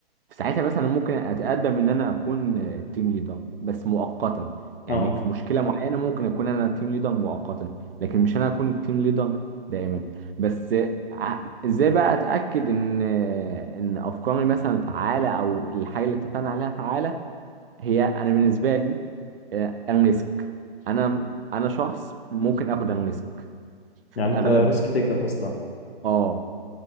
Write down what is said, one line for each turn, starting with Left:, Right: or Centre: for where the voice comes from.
Right: في ساعتها مثلا ممكن اتقدم ان انا اكون التيم ليدر بس مؤقتا يعني
Left: اه
Right: في مشكله معينه ممكن اكون انا التيم ليدر مؤقتا لكن مش انا اكون التيم ليدر دائما بس ع- ازاي بقى اتاكد ان ان افكاري مثلا فعاله او الحاجه اللي اتفقنا عليها فعاله هي انا بالنسبه لي آه، الريسك انا انا شخص ممكن اخد الريسك
Left: يعني
Right: في اغلب
Left: انت ريسك تيكر اصلا
Right: اه